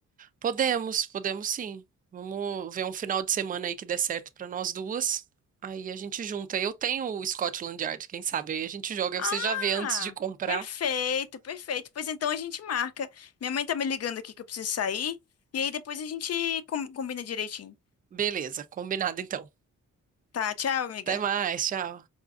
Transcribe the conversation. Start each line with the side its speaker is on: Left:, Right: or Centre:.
Right: Podemos, podemos sim. Vamos ver um final de semana aí que dê certo pra nós duas. Aí a gente junta. Eu tenho o Scotland Yard, quem sabe? Aí a gente joga, aí
Left: Ah,
Right: você já vê antes de comprar.
Left: perfeito, perfeito. Pois então a gente marca. Minha mãe tá me ligando aqui que eu preciso sair e aí depois a gente com- combina direitinho.
Right: Beleza, combinado então.
Left: Tá, tchau, amiga.
Right: Até mais, tchau.